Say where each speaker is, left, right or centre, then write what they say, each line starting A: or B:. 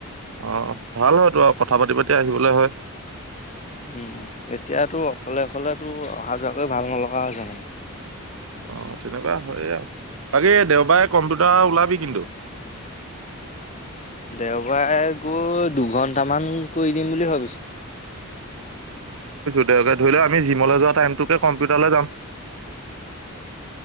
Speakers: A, on the right; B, on the left.
A: অ ভাল হয়তো আৰু কথা পাতি পাতি আহিবলে হয়।
B: উম এতিয়াতো অকলে অকলেতো অহা যোৱাকৈ ভাল নলগা হৈছে মানে।
A: অ তেনেকুৱা হয়ে আৰু বাকী দেওবাৰে কম্পিউটাৰ ওলাবি কিন্তু।
B: <unintelligible> দেওবাৰে গৈ দুঘন্টামান কৰি দিম বুলি ভাবিছো।
A: দ ধ ধৰি লও আমি জিমলৈ যোৱা টাইমটোকে কম্পিউটাৰলৈ যাম।